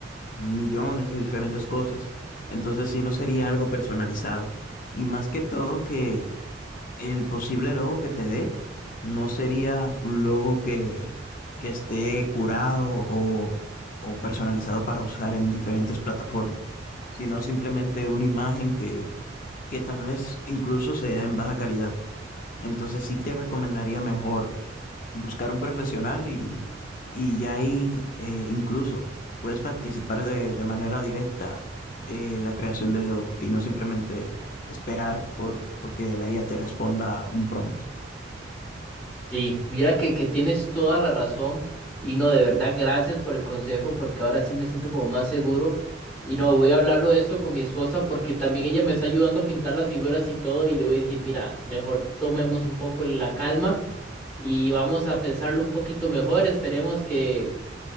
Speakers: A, on the left; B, in the centre.
A: millones de diferentes cosas. Entonces sí no sería algo personalizado. Y más que todo que el posible logo que te dé no sería un logo que, que esté curado o, o personalizado para usar en diferentes plataformas, sino simplemente una imagen que, que tal vez incluso sea en baja calidad. Entonces sí te recomendaría mejor buscar un profesional y, y ya ahí eh, incluso puedes participar de, de manera directa eh, la creación del logo y no simplemente esperar por porque la IA te responda un prompt.
B: Sí, mira que, que tienes toda la razón y no, de verdad, gracias por el consejo porque ahora sí me siento como más seguro y no, voy a hablarlo de esto con mi esposa porque también ella me está ayudando a pintar las figuras y todo y le voy a decir, mira, mejor tomemos un poco la calma y vamos a pensarlo un poquito mejor, esperemos que